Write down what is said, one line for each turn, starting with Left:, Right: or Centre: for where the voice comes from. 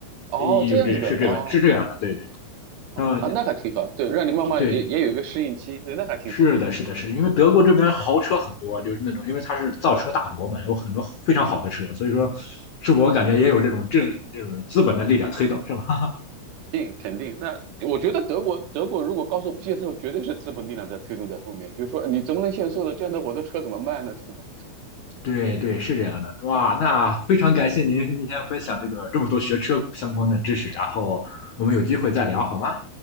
Right: 哦，
Left: 呃有这是这个是这样的，
Right: 这样子的，哦
Left: 对对，
Right: 哦啊，
Left: 然后
Right: 那还挺好。对，让你慢慢也也有一个适应期，
Left: 对，
Right: 对，那还挺好。
Left: 是的，是的，是的因为德国这边豪车很多，就是那种，因为它是造车大国嘛，有很多非常好的车，所以说，是我感觉也有这种政这种资本的力量推动，是吧？<laughs>
Right: 定肯定，那我觉得德国德国如果高速不限速，绝对是资本力量在推动在后面，就是说你怎么能限速呢？这样的我的车怎么卖呢？对吧？
Left: 对对，是这样的。哇，那非常感谢您今天分享这个这么多学车相关的知识，然后我们有机会再聊好吗？